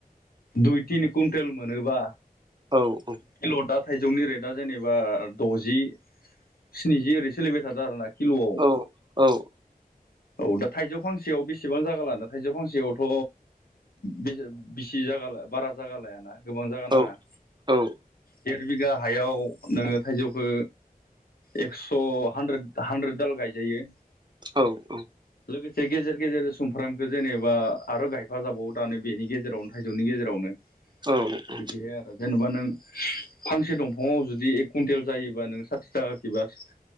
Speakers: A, on the left; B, on the right.
A: दुइ तिन कुइन्टेल मोनोबा
B: औ औ
A: किल' दा थाइजौनि रेटआ जेनेबा द'जि स्निजि ओरै सोलिबाय थादों आरो नखि खिल'आव
B: औ औ
A: औ दा थाइजौ फांसेयाव बेसेबां जागोन लाना थाइजौ फांसेयावथ' बे बिसि जागाला बारा जागा लायाना
B: औ औ
A: देर बिगा हायाव नोङो थाइजौखौ एक्स' हानद्रेद हानद्रेद दाल गायजायो
B: औ औ
A: लोगोसे गेजेर गेजेर सुमफ्रामखौ जेनेबा आरो गायफा जाबावो दानो बेनि गेजेरावनो थाइजौनि गेजेरावनो
B: औ औ
A: बिदि आरो जेनेबा नों फांसे दंफाङाव जुदि एक कुइिन्टेल जायोबा नों साथि थाखा बास